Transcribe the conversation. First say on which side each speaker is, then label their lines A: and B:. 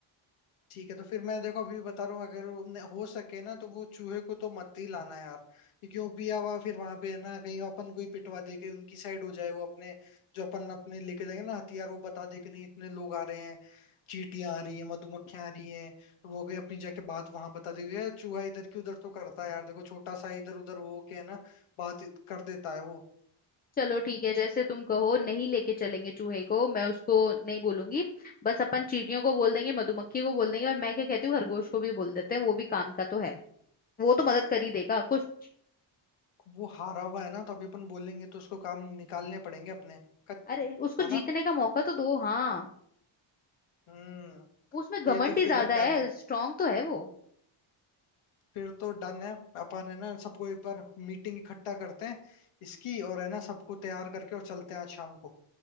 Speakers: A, on the left; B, on the left.
A: ठीक है तो फिर मैं देखो अभी भी बता रहा हूँ अगर वो न- हो सके ना तो वो चूहे को तो मत ही लाना यार क्योंकि वो पिया हुआ फिर वहां पे है ना कहीं अपन कोई पिटवा दे के उनकी साइड हो जाए वो अपने जो अपन अपने लेके जाएंगे ना हथियार वो बता दे कि नहीं इतने लोग आ रहे हैं चींटियां आ रही हैं मधुमक्खियां आ रही हैं तो वो कहीं अपनी जाके बात वहां बता देगी यार चूहा इधर की उधर तो करता है यार देखो छोटा सा इधर उधर हो के है ना बात इत- कर देता है वो
B: चलो ठीक है जैसे तुम कहो नहीं लेके चलेंगे चूहे को मैं उसको नहीं बोलूंगी बस अपन चींटियों को बोल देंगे मधुमक्खी को बोल देंगे और मैं क्या कहती हूँ खरगोश को भी बोल देते हैं वो भी काम का तो है वो तो मदद कर ही देगा कुछ
A: वो हारा हुआ है ना तो अभी अपन बोलेंगे तो उसको काम निकालने पड़ेंगे अपने कच-
B: अरे उसको
A: है ना
B: जीतने का मौका तो दो हाँ
A: हम्म
B: उसमें घमंड
A: ये तो
B: ही
A: फिर
B: ज्यादा
A: है डन
B: है स्ट्रांग तो है वो
A: फिर तो डन है अपन है ना सबको एक बार मीटिंग इकट्ठा करते हैं इसकी और है ना सबको तैयार करके और चलते हैं आज शाम को